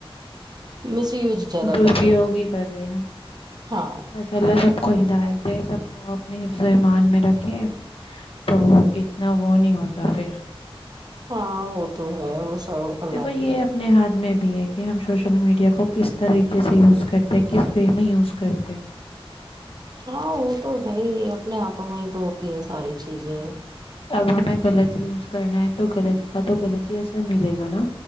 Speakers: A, on the right; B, on the left.
A: مس یوز زیادہ
B: درپیوگ
A: کر رہے ہیں
B: ہی کر رہے ہاں
A: ہاں
B: بس اللہ سب کو ہدایت سب کو اپنی حفظ ایمان میں رکھے تو اتنا وہ نہیں ہوتا ہوتا پھر
A: ہاں ہو تو ہے وہ سب اللہ
B: دیکھو یہ
A: کی رہے
B: اپنے ہاتھ میں ہے کہ ہم سوشل میڈیا کو کس طریقے سے یوز کرتے ہیں کس وے میں یوز کرتے ہیں
A: ہاں وہ تو ہے ہی اپنے ہاتھوں میں ہی تو ہوتی ہے ساری چیزیں
B: اب ہمیں غلط ہی اس کو کرنا تو غلط کا تو غلط ہی اثر ملے گا نا